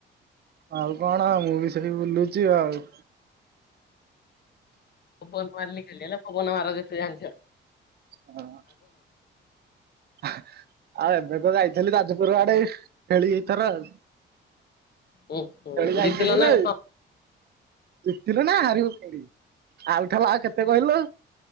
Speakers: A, on the right; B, on the left.
A: ଆଉ କଣ ମୁଁ ବି ସେଇ ବୁଲୁଛି ଆଉ
B: ପବନ ମାର ଲିକଲି ହେଲା ପବନ ମାର ଯେତେ ଜାଣି
A: ହଅଁ ଆଉ ଏବେ ତ ଯାଇଥିଲି ଯାଜପୁର ଆଡେ ଖେଳି ଏଇଥର ଆଉ।
B: ଉଁ ହୁଁ
A: ଖେଳି ଯାଇଥିଲୁ
B: ଜିତିଲ ନା
A: ଯେ,
B: କଣ?
A: ଜିତିଲୁ ନା ହାରିବୁ ଖେଳି। ଆଉଥର ଆଉ କେତେ କହିଲ